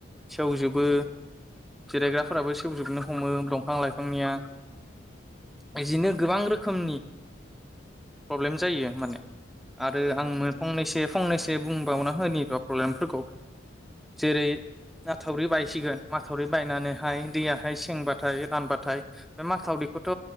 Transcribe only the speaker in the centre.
सेवजोबो।
जिरायग्राफोराबो सेवजोबनो हमो दंफां लाइफांनिया बइदिनो गोबां रोखोमनि प्रब्लेम जायो माने
आरो
आं
फंनैसो दे बुंबावनो होननिबा प्रब्लेमफोरखौ जेरै माथावरि बायसिगोन
माथावरि बायनानैहाय दैयाहाय सेंबाथाय रानबाथाय बे माथावरिखौथ'